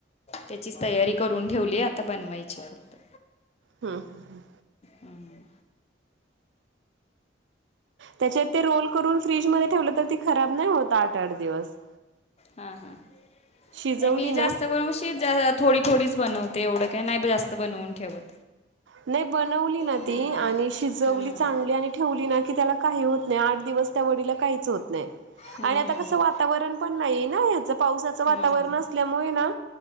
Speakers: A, on the left; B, on the right.
A: त्याचीच तयारी करून ठेवलीय. आता बनवायची फक्त.
B: हम्म.
A: हम्म,
B: त्याचे ते रोल करून फ्रीजमध्ये ठेवलं. त ते खराब नाही होत. आठ आठ दिवस.
A: हां हां.
B: शिजवली
A: नाही मी जास्त
B: ना
A: करून शीत. थोडी थोडीच बनवते. एवढं काय नाही. जास्त बनवून ठेवत.
B: नाही बनवली ना
A: हम्म,
B: ती. आणि शिजवली
A: हम्म,
B: चांगली. आणि ठेवली ना की, त्याला काही होत नाही. आठ दिवस त्या वडीला काहीच होत नाही.
A: हम्म,
B: आणि आता
A: हम्म,
B: कसं, वातावरण पण नाही ना. ह्याचं पावसाचं वातावरण
A: हम्म.
B: असल्यामुळे ना,